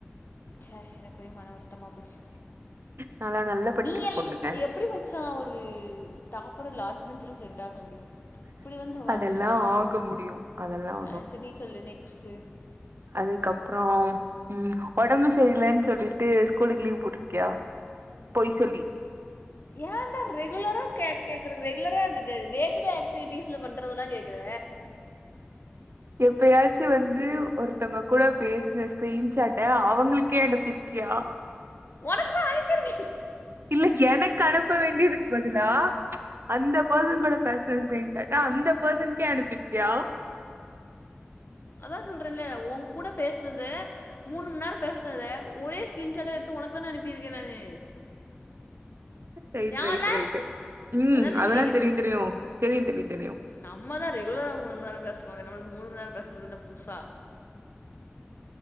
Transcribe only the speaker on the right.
நான்லாம் நல்லா படிக்கிற
பொண்ணுங்க.
அதெல்லாம்
ஆக முடியும். அதெல்லாம்
அதுக்கப்றோ ம் ஒடம்பு செரியிலன்னு சொல்லிட்டு ஸ்கூலுக்கு லீவ் போட்டிருக்கியா பொய் சொல்லி
எப்பயாச்சு வந்து ஒருத்தங்க கூட பேசின ஸ்கிரீன்ஷாட்ட அவங்களுக்கே அனுப்பி இருக்கியா
இல்ல எனக்கு அனுப்ப வேண்டியதுக்கு பதிலா அந்த பர்சன் கூட பேசின ஸ்கிரீன்ஷாட்ட அந்த பர்சன்கே அனுப்பிருக்கியா
ரைட்
ரைட்
ரைட்டு ம்
அதெல்லா
தெரியு தெரியு தெரியு தெரியு தெரியு